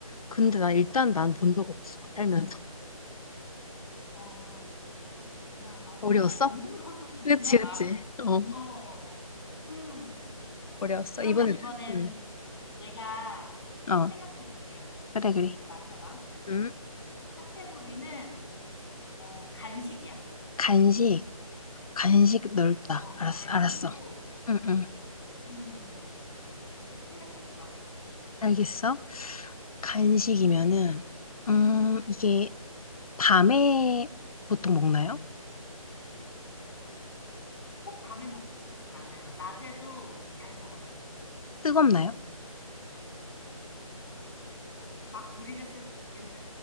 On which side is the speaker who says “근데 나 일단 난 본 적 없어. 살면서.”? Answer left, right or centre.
Left